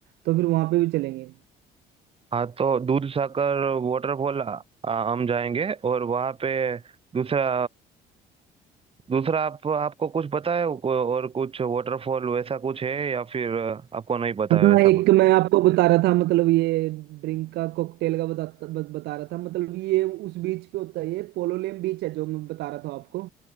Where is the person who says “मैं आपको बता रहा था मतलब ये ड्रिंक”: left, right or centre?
Right